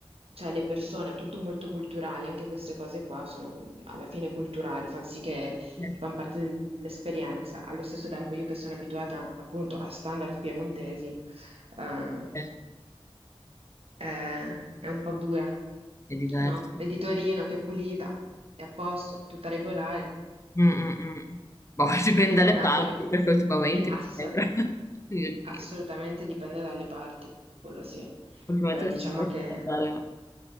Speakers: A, on the right; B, on the left.
A: cioè le persone, è tutto molto culturale, anche queste cose qua sono cu- alla fine culturali, fanno sì che
B: Eh,
A: fanno parte del- dell'esperienza. Allo stesso tempo io che sono abituata appunto a standard piemontesi, eh,
B: eh,
A: è, è un po' dura,
B: È diverso.
A: no? Vedi Torino che è pulita, è a posto, tutta regolare,
B: Mm, mm, mm. Boh, <laughs> dipende
A: poi
B: dalle
A: va a Napoli,
B: parti, perché ultimamente
A: beh,
B: mi
A: ass-
B: sembra, <laughs> mio
A: assolutamente
B: Dio,
A: dipende dalle parti, quello sì,
B: ultimamente
A: però diciamo
B: stiamo andare
A: che...